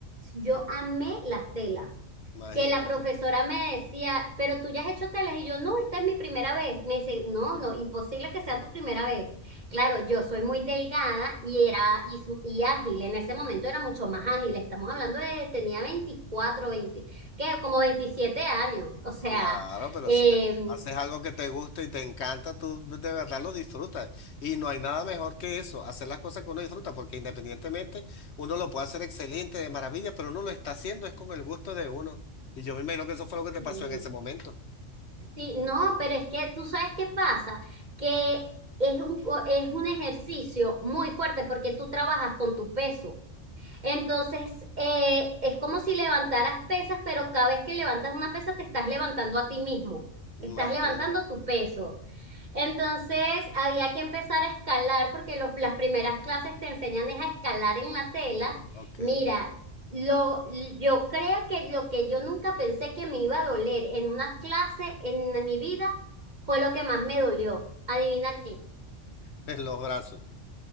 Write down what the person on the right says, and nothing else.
yo amé las telas.
Que la profesora
me decía, pero tú ya has hecho telas. Y yo, no, esta es mi primera vez. Me dice, no, no, imposible que sea tu primera vez. Claro, yo soy muy delgada y era y, su- y ágil. En ese momento era mucho más ágil. Estamos hablando de, tenía 24 20 que como 27 años. O sea,
eh,
sí.
Sí, no, pero es que tú sabes qué pasa, que es un, co- es un ejercicio muy fuerte porque tú trabajas con tu peso. Entonces, eh, es como si levantaras pesas, pero cada vez que levantas una pesa te estás levantando a ti mismo,
estás levantando tu peso. Entonces había que empezar a escalar porque los- las primeras clases te enseñan es a escalar en la tela.
Mira,
lo, yo creo que lo que yo nunca pensé que me iba a doler en una clase en mi vida fue lo que más me dolió. Adivina qué,